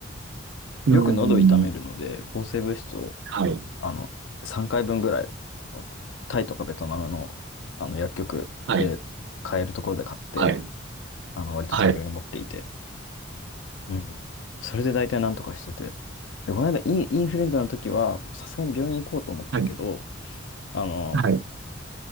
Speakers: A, on the right; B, on the left.
A: うん。
B: よく喉痛めるので、抗生物質を
A: はい。
B: あの、3回分ぐらい、あの、タイとかベトナムの、あの、薬局で買えるところで買って、
A: はい。はい。
B: あの、割と大量に持っていて。
A: はい。
B: うん。それで大体なんとかしてて。で、この間イン、インフルエンザの時は、さすがに病院行こうと思ったけど、
A: はい。
B: あの、
A: はい。